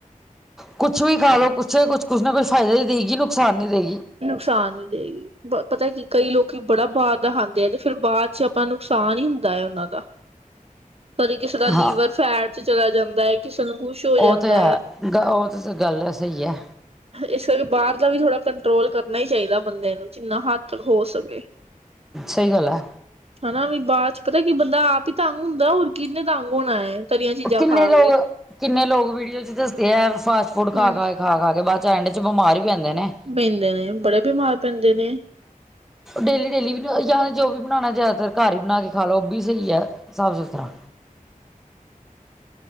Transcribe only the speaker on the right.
ਨੁਕਸਾਨ ਨੀ ਦੇਗੀ। ਪਤਾ ਕੀ ਕਈ ਲੋਕੀ ਬੜਾ ਬਾਹਰ ਦਾ ਖਾਂਦੇ ਆ, ਤੇ ਫਿਰ ਬਾਅਦ 'ਚ' ਆਪਾਂ ਨੁਕਸਾਨ ਹੀ ਹੁੰਦਾ ਹੈ। ਉਹਨਾਂ ਦਾ ਕਦੇ ਕਿਸੇ ਦਾ ਲੀਵਰ
ਫੈਟ 'ਚ' ਚਲਾ ਜਾਂਦਾ ਐ। ਕਿਸੇ ਨੂੰ ਕੁਛ ਹੋ ਜਾਂਦਾ
ਇਸ ਕਰਕੇ ਬਾਹਰ ਦਾ ਵੀ ਥੋੜਾ ਕੰਟਰੋਲ ਕਰਨਾ ਹੀ ਚਾਹੀਦਾ ਬੰਦੇ ਨੂੰ। ਜਿੰਨਾ ਹੱਥ ਹੋ ਸਕੇ।
ਹਨਾ ਵੀ, ਬਾਅਦ 'ਚ' ਪਤਾ ਕੀ ਬੰਦਾ ਆਪ ਹੀ ਤੰਗ ਹੁੰਦਾ ਹੋਰ ਕਿਹਨੇ ਤੰਗ ਹੋਣਾ ਐ, ਤਲੀਆਂ ਚੀਜ਼ਾਂ
ਖਾ
ਕੇ।
ਹਾਂਜੀ
ਪੈਂਦੇ ਨੇ ਬੜੇ ਬਿਮਾਰ ਪੈਂਦੇ ਨੇ।